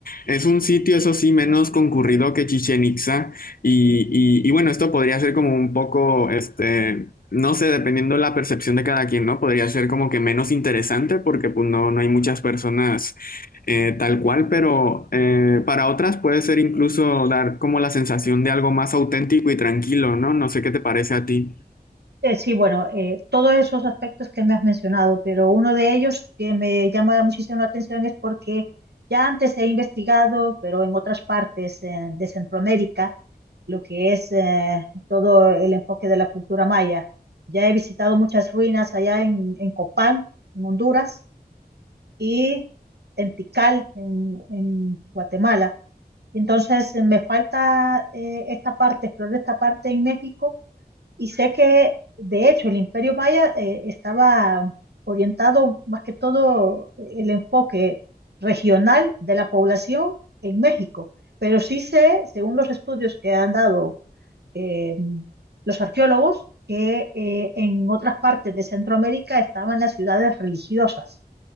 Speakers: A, on the left; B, on the right.
A: Es un sitio, eso sí, menos concurrido que Chichen Itza Y, y, y bueno, esto podría ser como un poco, este, no sé, dependiendo la percepción de cada quien, ¿no? Podría ser como que menos interesante porque pues no, no hay muchas personas eh, tal cual, pero eh, para otras puede ser incluso dar como la sensación de algo más auténtico y tranquilo, ¿no? No sé qué te parece a ti.
B: Eh, sí, bueno, eh, todos esos aspectos que me has mencionado, pero uno de ellos que me llama muchísimo la atención es porque ya antes he investigado, pero en otras partes eh, de Centroamérica, lo que es eh, todo el enfoque de la cultura maya. Ya he visitado muchas ruinas allá en, en Copán, en Honduras, y en Tikal, en, en Guatemala. Entonces, eh, me falta eh, esta parte, explorar esta parte en México y sé que, de hecho, el Imperio Maya eh, estaba orientado más que todo el enfoque regional de la población en México. Pero sí sé, según los estudios que han dado eh, los arqueólogos, que eh, en otras partes de Centroamérica estaban las ciudades religiosas.